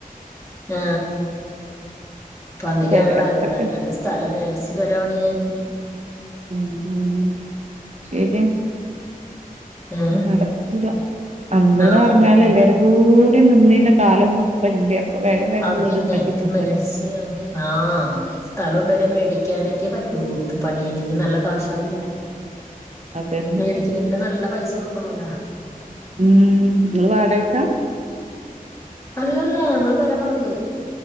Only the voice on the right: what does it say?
ചെലടത്തൊക്കെ
മ് മ് ശരിയ
നടക്കൂല എന്താ
ന്ന് പറഞ്ഞാലും
എല്ലാരും കൂടെ നിന്നിന കലോം ഇന്ന് ഇപ്പോ ഇപ്പൊ ഇല്ല വേഗം വേഗം
വീട് ഇണ്ടാക്കി പോവല്ലോ
അതന്നെ
ഉമ് നീ വാടകക്കാ